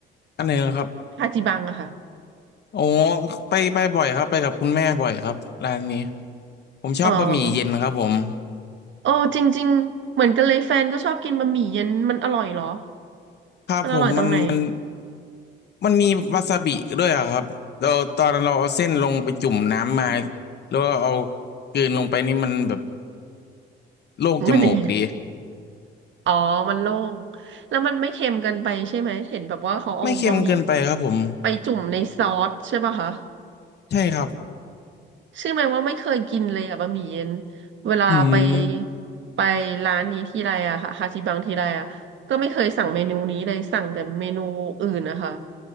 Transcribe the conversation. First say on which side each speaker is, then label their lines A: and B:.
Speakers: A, on the left; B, on the right.
A: อันไหนเหรอครับ
B: ฮาจิบังอะค่ะ
A: โอ้ไปไปบ่อยครับไปกับคุณแม่บ่อยครับร้านนี้ผมชอบบะหมี่เย็นครับผม
B: อ๋อโอ้จริงๆเหมือนกันเลยแฟนก็ชอบกินบะหมี่เย็นมันอร่อยเหรอ
A: ครับผมมันมัน
B: มันอร่อยตรงไหน
A: มันมีวาซาบิด้วยอะครับเราตอนเราเอาเส้นลงไปจุ่มน้ำมาแล้วก็เอากลืนลงไปนี่มันแบบโล่งจมูกดี
B: มัน <laughs> อ๋อมันโล่งแล้วมันไม่เค็มเกินไปใช่ไหมเห็นแบบว่าเขาเอาบะหมี่
A: ไม่เค็มเกินไปครับผม
B: ไปจุ่มในซอสใช่ป่ะคะ
A: ใช่ครับ
B: เชื่อไหมว่าไม่เคยกินเลยอะบะหมี่เย็นเวลาไป
A: อืม
B: ไปร้านนี้ทีไรอะค่ะฮาจิบังทีไรอะก็ไม่เคยสั่งเมนูนี้เลยสั่งแต่เมนูอื่นนะคะ